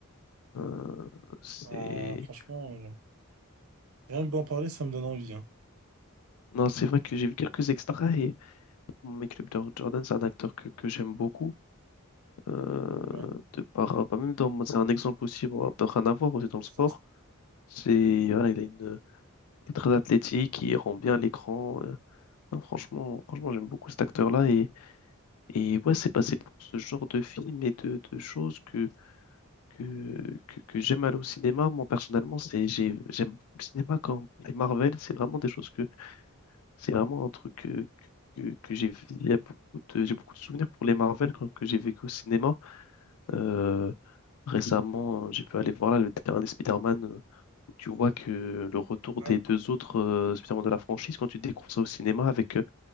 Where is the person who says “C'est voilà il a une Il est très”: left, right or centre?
Left